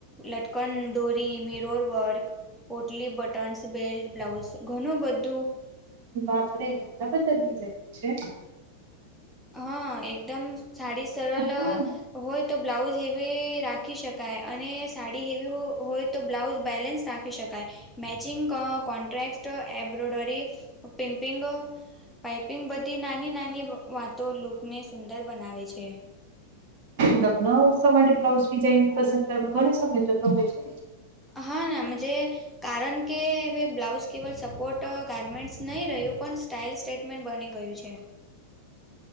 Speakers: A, in the centre; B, on the right.
A: લટકન દોરી મેરોર વર્ગ પોટલી બટન્સ બેલ્ટ બ્લાઉઝ ઘણું બધું
B: બાપ રે એટલા બધા ડિઝાઇન છે.
A: હા એકદમ સાડી સરળ
B: હા.
A: હોય તો બ્લાઉઝ હેવી રાખ રાખી શકાય અને સાડી હેવી હોય તો બ્લાઉઝ બેલેન્સ રાખી શકાય. મેચિંગ કા કોન્ટ્રાક્ટ એમ્બ્રોયડરી પિમ્પિંગ પાઈપિંગ બધી નાની નાની વાતો લૂકને સુંદર બનાવે છે.
B: લગ્ન ઉત્સવ માટે બ્લાઉઝ ડિઝાઇન પસંદ કરવા ઘણો સમય જતો હોય છે
A: હા ના આમ જે કારણ કે હવે બ્લાઉઝ કેવલ સપોર્ટ ગારમેન્ટ્સ નહી રહ્યું પણ સ્ટાઇલ સ્ટેટમેન્ટ બની ગયું છે.